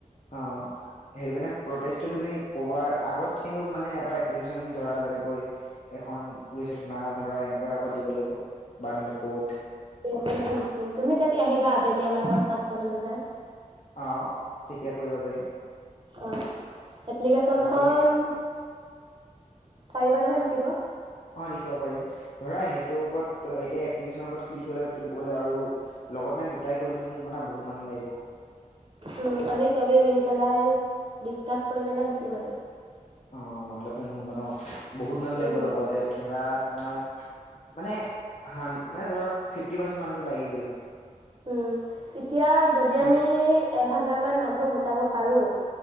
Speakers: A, on the left; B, on the right.
A: অ সেইটো কাৰণে প্ৰটেচটো তুমি কবাৰ আগত কিন্তু মানে এটা এপ্লিকেচন ধৰা যেনেকৈ এখন পুলিচৰ থানা ধৰা এনে গৈ আগত দিব লাগিব বা নহ'লে ক'ৰ্ট
B: এখন এখন বিকিম কালি আহিবা আবেলি আমাৰ ঘৰত পাঁচটা মান বজাত যাক
A: অ তেতিয়া কৰিব পাৰিম
B: অ এপ্লিকেচন
A: আৰু
B: খন
A: তুমি
B: পাৰিবা নহয় লিখিবলে দিব
A: অ লিখিব পাৰিম ধৰা সেইটোৰ ওপৰত এতিয়া এপ্লিকেচনৰ ওপৰত কি লি়খিব লাগিব তুমি কব লাগিব আৰু লগত মানে দুটাই কলে নহব বহুত মানুহ লাগিব
B: উম আমি চবে মিলি পেলাই ডিছকাজ কৰি পেলাই লিখিম আৰু
A: অ নহলেতো নহ'ব ন বহুত মানুহ লাগিব
B: উম,
A: লগতে ধৰা তোমাৰ মানে মানে ধৰা ফিফটি পাৰ্চেন্ট মানুহতো লাগিবই
B: উম এতিয়া যদি
A: কি
B: আমি এক হাজাৰ মান মানুহক গোটাব পাৰো